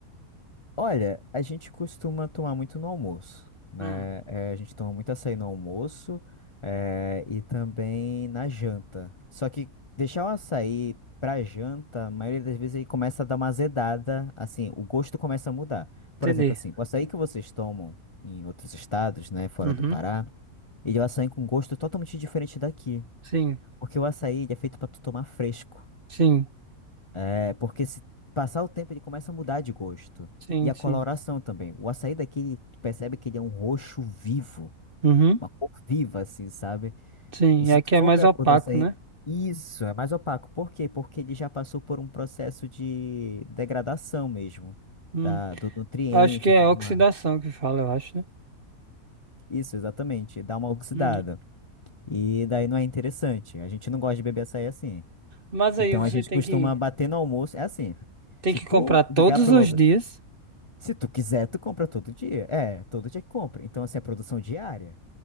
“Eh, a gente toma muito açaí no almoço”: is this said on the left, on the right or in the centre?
Left